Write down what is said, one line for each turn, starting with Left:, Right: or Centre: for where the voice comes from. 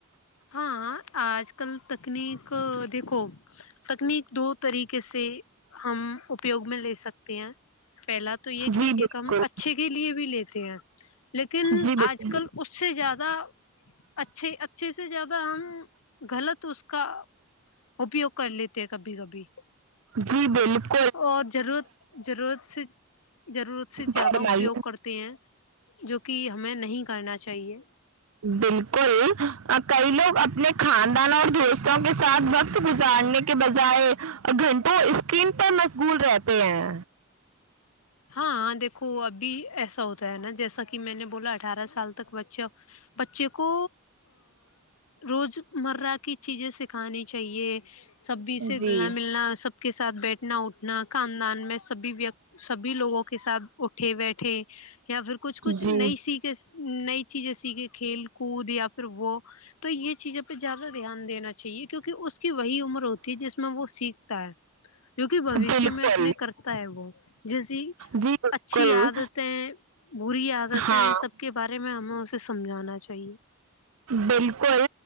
Left: ہاں آج کل تکنیک دیکھو تکنیک دو طریقے سے ہم اپیوگ میں لے سکتے ہیں پہلا تو یہ کہ
Right: جی بالکل
Left: ایک ہم اچھے کے لیے بھی لیتے ہیں لیکن
Right: جی بالکل
Left: آج کل اس سے زیادہ اچھے اچھے سے سب سے زیادہ ہم غلط اس کا اپیوگ کر لیتے ہیں کبھی کبھی
Right: جی بلکل
Left: اور ضرورت ضرورت سے ضرورت سے زیادہ
Right: فرمائیے
Left: اپیوگ کر ہیں جو کہ ہمیں نہیں کرنا چاہیے
Right: بالکل کئی لوگ اپنے خاندان اور دوستوں کے ساتھ وقت گزارنے کے کے بجائے گھنٹوں اسکرین پر مشغول رہتے ہیں
Left: ہاں دیکھو ابھی ایسا ہوتا ہے نا جیسا کہ میں نے بولا اٹھارہ سال تک بچہ بچے کو روز مرہ کی چیزیں سکھانی چاہیے سبھی سے
Right: جی
Left: گھلنا ملنا سب کے ساتھ بیٹھنا اٹھنا خاندان میں سبھی ویک سبھی لوگوں کے ساتھ اٹھے بیٹھے یا پھر کچھ کچھ
Right: جی
Left: نئی سیکھ نئی چیزیں سیکھیں کھیل کود یا پھر وہ تو یہ چیزوں پہ زیادہ دھیان دینا چاہیے کیونکہ اس کی وہی عمر ہوتی ہے جس میں وہ سیکھتا ہے جو کہ بھاوشیہ
Right: بالکل
Left: میں اپنے کرتا ہے وہ جیسی
Right: جی بالکل
Left: اچھی آدتیں بری عادتیں
Right: ہاں
Left: سب کے بارے میں ہمیں اسے سمجھانا چاہیے
Right: بالکل